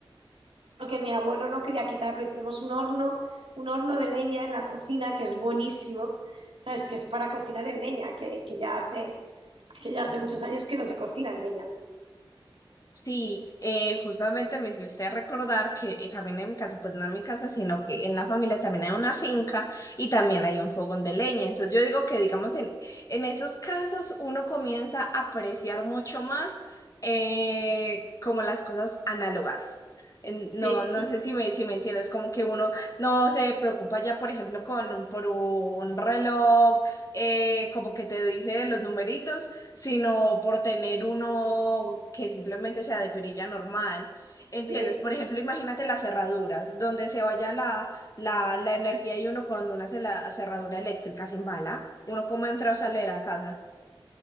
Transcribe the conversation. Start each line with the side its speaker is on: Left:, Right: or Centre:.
Right: porque mi abuelo no quería quitarlo y tenemos un horno, un horno de leña en la cocina que es buenísimo, ¿sabes? Que es para cocinar en leña, que, que ya hace, que ya hace muchos años que no se cocina en leña.
Left: Sí, eh, justamente me hiciste recordar que eh, también en mi casa, pues no en mi casa, sino que en la familia también hay una finca y también hay un fogón de leña. Entonces yo digo que, digamos, en, en esos casos uno comienza a apreciar mucho más eh, como las cosas análogas. En- No,
Right: Sí,
Left: no
Right: sí,
Left: sé si me, si me entiendes, como que uno no se preocupa ya, por ejemplo, con, por un reloj, eh, como que te dice los numeritos sino por tener uno que simplemente sea de perilla normal. ¿Entiendes?
Right: sí.
Left: Por ejemplo, imagínate las cerraduras, donde se vaya la, la, la energía y uno con una cela- cerradura eléctrica se embala. Uno como entra o sale de la casa. <laughs>